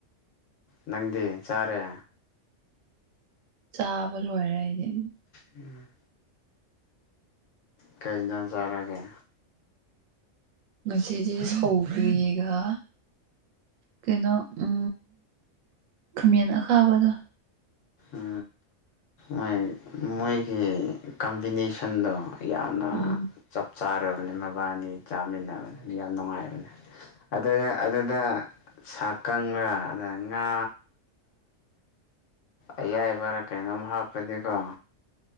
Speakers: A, on the left (about 75°); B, on the right (about 85°).
A: ꯅꯪꯗꯤ ꯆꯥꯔꯦ
B: ꯆꯥꯕ ꯂꯣꯏꯔꯦ ꯑꯩꯗꯤ
A: ꯎꯝ ꯀꯩꯗꯟ ꯆꯔꯒꯦ
B: ꯉꯁꯤꯗꯤ ꯁꯧ꯭ꯔꯤꯌꯦꯒ ꯀꯩꯅꯣ ꯎ ꯈꯥꯃꯦꯟ ꯑꯈꯥꯕꯗ
A: ꯎ ꯃꯣꯏ ꯃꯣꯏꯒꯤ ꯀꯝꯕꯤꯅꯦꯁꯟꯗꯣ ꯌꯥꯝꯅ
B: ꯎꯝ
A: ꯆꯞ ꯆꯥꯔꯕꯅꯤ ꯃꯕꯥꯅꯤ ꯆꯥꯃꯤꯟꯅꯕꯅꯦ ꯌꯥꯝ ꯅꯨꯡꯉꯥꯏꯕꯅꯦ ꯑꯗꯨꯅ ꯑꯗꯨꯗ ꯁꯥꯀꯪꯥ ꯑꯗ ꯉꯥ ꯑꯌꯥꯏꯕꯔꯥ ꯀꯩꯅꯣꯝ ꯍꯥꯞꯄꯅꯤꯀꯣ